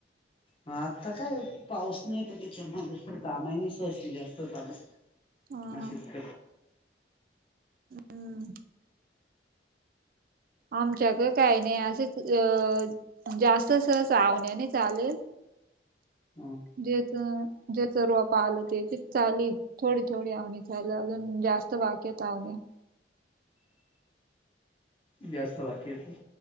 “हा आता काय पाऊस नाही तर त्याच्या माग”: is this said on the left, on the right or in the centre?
Left